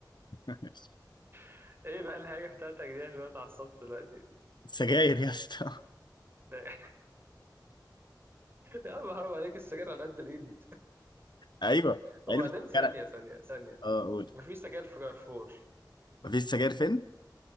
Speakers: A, on the left; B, on the right.
A: <laughs>
B: <laughs> ايه بقى الحاجة بتاعتك دي عشان أنا اتعصبت دلوقتي
A: سجاير يا اسطى <laughs>
B: <laughs> يا عم حرام عليك السجاير على قد الايد
A: ايوه
B: وبعدين
A: علبة السجاير
B: ثانية ثانية ثانية
A: اه قول
B: مفيش سجاير في كارفور
A: مفيش سجاير فين؟